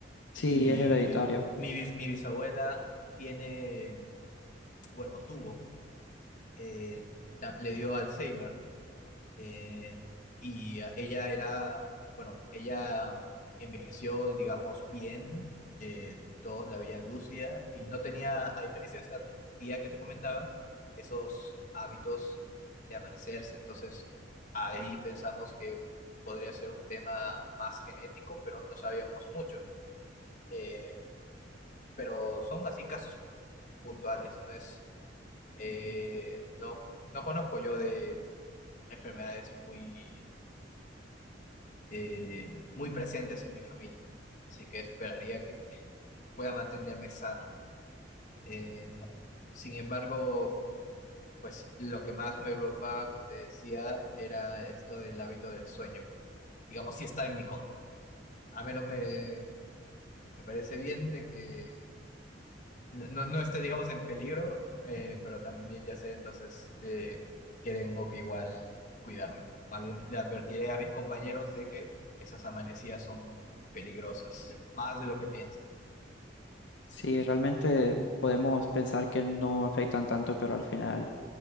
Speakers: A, on the left; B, on the left.
A: Sí,
B: Y
A: es hereditario.
B: mi, bis- mi bisabuela tiene, bueno, tuvo, eh, ta- le dio Alzheimer eh, y eh, ella era, bueno, ella envejeció, digamos, bien, eh, todos la veían lúcida y no tenía, a diferencia de esta tía que te comentaba, esos hábitos de amanecerse. Entonces, ahí pensamos que podría ser un tema más genético, pero no sabíamos mucho. Eh, pero son así casos puntuales, no es, eh, no, no conozco yo de enfermedades muy eh, muy presentes en mi familia. Así que esperaría que pueda mantenerme sano. Eh, sin embargo, pues lo que más me preocupaba, como te decía, era esto del hábito del sueño. Digamos, sí está en mi contra. A menos me, me parece bien de que no, no no esté, digamos, en peligro, eh, pero también ya sé entonces eh, que tengo que igual cuidarme. Más bien le advertiré a mis compañeros de que esas amanecidas son peligrosas, más de lo que piensan.
A: Sí, realmente podemos pensar que no afectan tanto, pero al final